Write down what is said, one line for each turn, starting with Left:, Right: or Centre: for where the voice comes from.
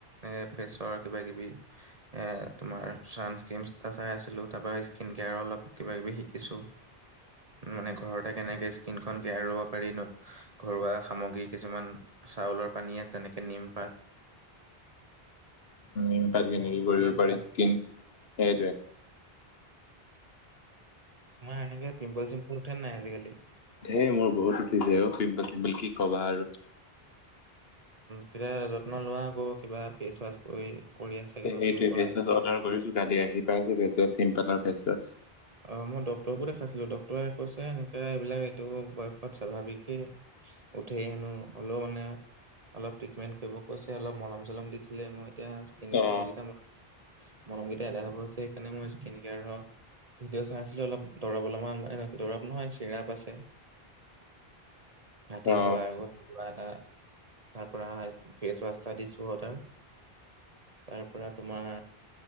Right: এনেকে ফেচৰ কিবা কিবি। এ তোমাৰ চানস্কন এটা চাই আছিলো তাৰ পৰা স্কিন কেয়াৰ অলপ কিবা কিবি শিকিছো। মানে ঘৰতে কেনেকে স্কিন খন কেয়াৰ লয়। <unintelligible> ঘৰুৱা সামগ্ৰী কিছুমান চাউলৰ পানীয়ে যেনেকে নিম পাত। <inaudible>
Left: উম তাতখিনি
Right: সেইবোৰ কৰি
Left: কৰিব
Right: আছো
Left: পাৰি
Right: আৰু।
Left: স্কিন সেইটোৱে।
Right: উম, তোমাৰ এনেকে পিম্পোল চিম্পোল উঠে নাই আজিকালি?
Left: হেইৰ মোৰ বহুত উঠিছে অ' পিম্পুল চিম্পল কি কবা আৰু।
Right: তেতিয়া যত্ন লোৱা আকৌ কিবা ফেচ ৱাছ কৰি। কৰি আছে
Left: সেইটোৱে
Right: কিবা পিম্পল
Left: ফেচ
Right: আহ
Left: ৱাছ অৰ্ডাৰ
Right: প
Left: কৰিছো কালি আহি পাই যে ফেচৱছ চি্পলৰ ফেচৱছ।
Right: অ', মই ড্টৰকো দেখাইছিলো ডটৰে কৈছে এনেকে এইবিলাক এইটো বয়সত স্বাভাৱিকে। উঠেই হেনো হলেও মানে অলপ ট্ৰিটমেন্ট কৰিব কৈছে অলপ মলম চলম দিছিলে মই এতিয়া। স
Left: অ
Right: হাইগিতা মনমকেইটা <unintelligible> হ'বছে সেইকাৰণে মই স্কিন কেয়াৰ ভিডিঅ' চাইছিলো অলপ দৰৱ অলপমান মানে এেনেকে দৰৱ নহয় চিৰাপ আছে। ৰাতি
Left: অ
Right: শোৱাৰ আগত হোৱা এটা তাৰ পৰা ফেচৱাছ এটা দিছো অৰ্ডাৰ। তাৰ পৰা তোমাৰ